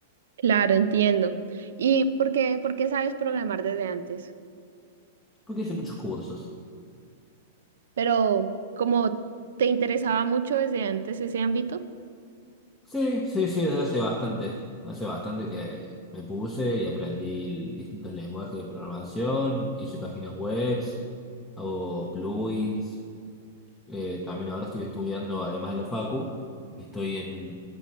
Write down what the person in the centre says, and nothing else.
porque hice muchos cursos.
Sí, sí, sí, desde hace bastante, hace bastante que me puse y aprendí distintos lenguajes de programación, hice páginas webs, hago plugins, eh, también ahora estoy estudiando, además de lo facu, estoy en